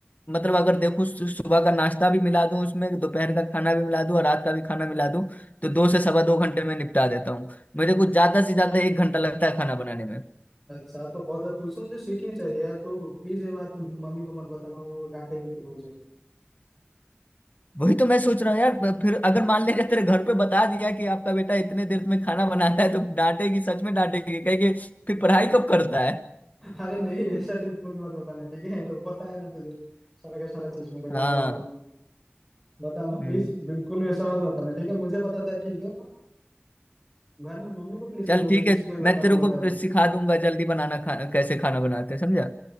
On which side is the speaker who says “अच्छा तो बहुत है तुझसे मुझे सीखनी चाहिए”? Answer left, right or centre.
Centre